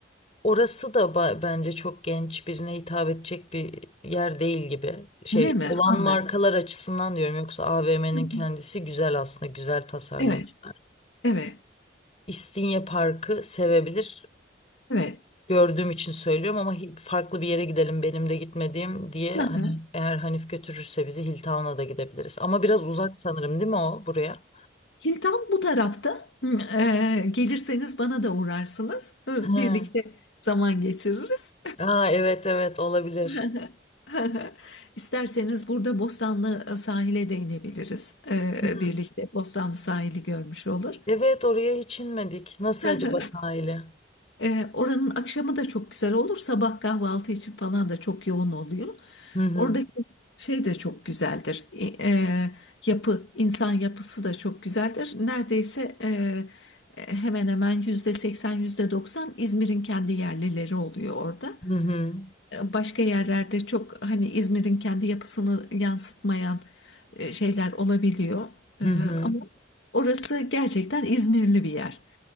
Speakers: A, on the left (about 35°); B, on the left (about 80°).
A: Orası da ba- bence çok genç birine hitap edecek bir yer değil gibi. Şey
B: Öyle mi?
A: olan
B: Anladım.
A: markalar açısından diyorum yoksa AVM'nin
B: Hı hı.
A: kendisi güzel aslında güzel tasarlamışlar.
B: Evet. Evet.
A: İstinye Parkı sevebilir.
B: Evet.
A: gördüğüm için söylüyorum ama hi- farklı bir yere gidelim benim de gitmediğim diye
B: Hı
A: hani
B: hı.
A: eğer Hanif götürürse bizi Hilltown'a da gidebiliriz. Ama biraz uzak sanırım değil mi o buraya?
B: Hilton bu tarafta. Hı, e, gelirseniz bana da uğrarsınız. Hı,
A: Ha.
B: Birlikte zaman geçiririz.
A: Aa, evet evet olabilir.
B: <laughs> İsterseniz burada Bostanlı sahile de inebiliriz. E,
A: Hı hı.
B: birlikte Bostanlı sahili görmüş olur.
A: Evet oraya hiç inmedik. Nasıl
B: <laughs>
A: acaba sahili?
B: E, oranın akşamı da çok güzel olur. Sabah kahvaltı için falan da çok yoğun oluyor.
A: Hı hı.
B: Oradaki şey de çok güzeldir. E, e, yapı, insan yapısı da çok güzeldir. Neredeyse e, e, hemen hemen yüzde seksen, yüzde doksan İzmir'in kendi yerlileri oluyor orada.
A: Hı hı.
B: E, başka yerlerde çok hani İzmir'in kendi yapısını yansıtmayan e, şeyler olabiliyor.
A: Hı
B: E,
A: hı.
B: ama orası gerçekten İzmirli bir yer.